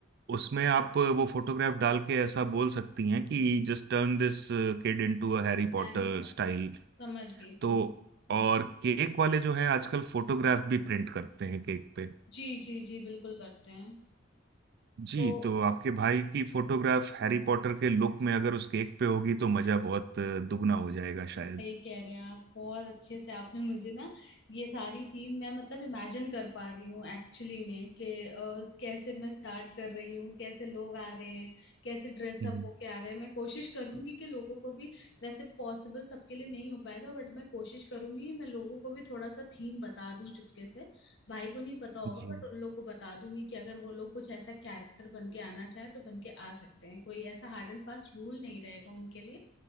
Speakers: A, on the right; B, on the left.
A: उसमें आप वो फोटोग्राफ डाल के ऐसा बोल सकती हैं कि just turn this kid into a Harry Potter
B: हैरी
A: style
B: समझ गई समझ
A: तो
B: हम्म,
A: और केक वाले जो हैं आजकल फोटोग्राफ भी प्रिंट करते हैं केक पे
B: जी जी जी बिल्कुल करते हैं
A: जी
B: तो
A: तो आपके भाई की फोटोग्राफ हैरी पॉटर के लुक में अगर उस केक पे होगी तो मजा बहुत दुगना हो जाएगा शायद
B: सही कह रहे हैं आप बहुत अच्छे से आपने मुझे ना ये सारी थीम मैं मतलब इमेजिन कर पा रही हूँ एक्चुअली में कि अ, कैसे मैं स्टार्ट कर रही हूँ कैसे लोग आ रहे हैं कैसे ड्रेसअप
A: हम्म,
B: होके आ रहे हैं मैं कोशिश करूंगी कि लोगों को भी वैसे पॉसिबल सबके लिए नहीं हो पाएगा बट मैं कोशिश करूंगी मैं लोगों को भी थोड़ा सा थीम बता दूं चुपके से भाई को नहीं पता होगा
A: जी
B: बट उन लोग को बता दूंगी कि अगर वो लोग कुछ ऐसा कैरेक्टर बन के आना चाहे तो बन के आ सकते हैं कोई ऐसा हार्ड एंड फास्ट रूल नहीं रहेगा उनके लिए